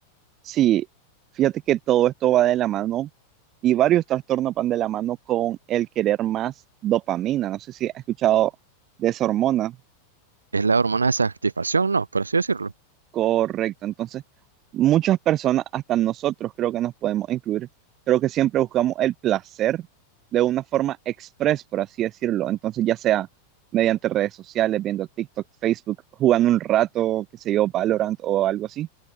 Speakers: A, on the right (about 35°); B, on the right (about 75°).
A: Sí, fíjate que todo esto va de la mano y varios trastornos van de la mano con el querer más dopamina. No sé si has escuchado de esa hormona.
B: Es la hormona de satisfacción, ¿no? Por así decirlo.
A: Correcto, entonces muchas personas, hasta nosotros creo que nos podemos incluir, creo que siempre buscamos el placer de una forma express, por así decirlo, entonces ya sea mediante redes sociales, viendo TikTok, Facebook, jugando un rato, qué sé yo, Valorant o algo así.